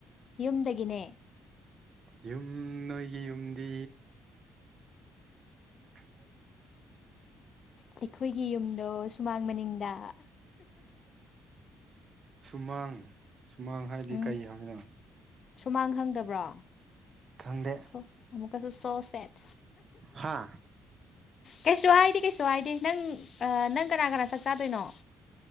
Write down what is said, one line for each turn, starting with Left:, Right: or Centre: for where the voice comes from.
Left: ꯌꯨꯝꯗꯒꯤꯅꯦ
Right: ꯌꯨꯝ ꯅꯣꯏꯒꯤ ꯌꯨꯝꯗꯤ <unintelligible>
Left: ꯑꯩꯈꯣꯏꯒꯤ ꯌꯨꯝꯗꯣ ꯁꯨꯃꯥꯡ ꯃꯅꯤꯡꯗ
Right: ꯁꯨꯃꯥꯡ ꯁꯨꯃꯥꯡ ꯍꯥꯏꯗꯤ
Left: ꯎꯝ
Right: ꯀꯩ ꯍꯥꯏꯅꯣ
Left: ꯁꯨꯃꯥꯡ ꯈꯪꯗꯕ꯭ꯔꯣ
Right: ꯈꯪꯗꯦ
Left: ꯑꯣ ꯑꯃꯨꯛꯀꯖꯨ ꯁꯣ ꯁꯦꯠ
Right: ꯍꯥ
Left: ꯀꯩꯁꯨ ꯍꯥꯏꯗꯦ ꯀꯩꯁꯨ ꯍꯥꯏꯗꯦ ꯅꯪ ꯑ ꯅꯪ ꯀꯅꯥ ꯀꯅꯥ ꯆꯥꯛ ꯆꯥꯗꯣꯏꯅꯣ